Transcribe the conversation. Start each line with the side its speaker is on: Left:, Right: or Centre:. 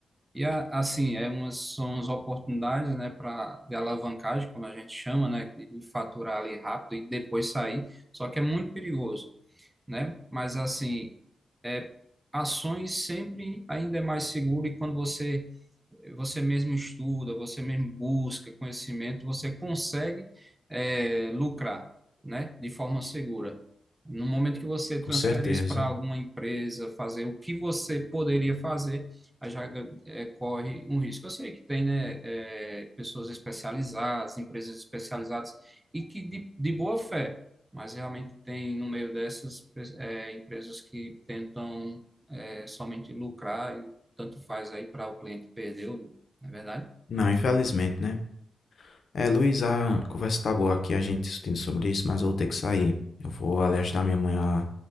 Right: E a- assim, é umas, são as oportunidades, né, para de alavancagem, como a gente chama, né, de de faturar ali rápido e depois sair, só que é muito perigoso né? Mas assim, é, ações sempre ainda é mais seguro e quando você você mesmo estuda, você mesmo busca conhecimento, você consegue é, lucrar, né? De forma segura. No momento que você transfere
Left: Com certeza.
Right: isso para alguma empresa, fazer o que você poderia fazer, aí já é, corre um risco. Eu sei que tem, né, é, pessoas especializadas, empresas especializadas, e que de, de boa fé, mas realmente tem no meio dessas é, empresas que tentam é, somente lucrar e tanto faz aí para o cliente perder, ou não, não é verdade?
Left: Não, infelizmente, né? É, Luiz, a conversa tá boa aqui, a gente discutindo sobre isso, mas eu vou ter que sair. Eu vou ali ajudar minha mãe a,